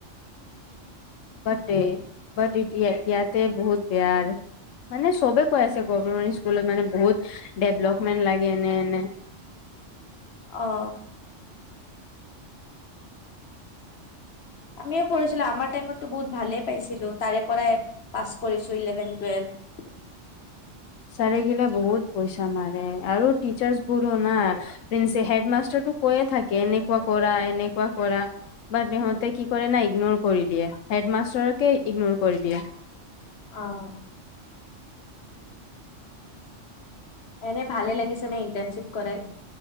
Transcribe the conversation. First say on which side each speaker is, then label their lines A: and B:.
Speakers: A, on the left; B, on the left.
A: বাটেই বাট ইয়াতে বহুত বেয়া আৰু। মানে চবে কৈ আছে গভমেণ্ট স্কুলত মানে বহুত ডেভলপমেন্ট লাগে এনে এনে।
B: অঁ। আমিও পঢ়িছিলোঁ, আমাৰ টাইমতো বহুত ভালেই পাইছিলো। তাৰে পৰাই পাছ কৰিছো ইলেভেন, টুৱেলভ। <inaudible>
A: চাৰেগিলা বহুত পইচা মাৰে, আৰু টিচাৰ্চ বোৰো না। হেড মাষ্টাৰ কৈ থাকে এনেকুৱা কৰা, এনেকুৱা কৰা। বাত সহঁতে
B: উম,
A: কি কৰে ন ইগনোৰ কৰি দিয়ে, হেড মাষ্টাৰকে ইগনোৰ কৰি দিয়ে।
B: অঁ। এনে লাগিছে নে ইণ্টাৰ্ণশ্বিপ কৰাই?